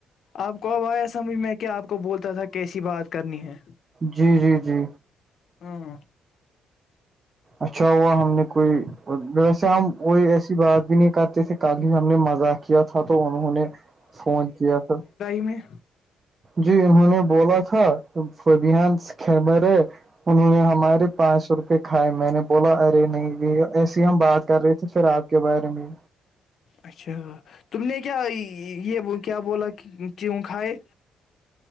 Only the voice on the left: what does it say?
آپ کو اب آیا سمجھ میں کیا آپ کو بولتا تھا کیسی بات کرنی ہے
ہاں
میں
اچھا تم نے کیا یہ کیا بولا کیوں کھائے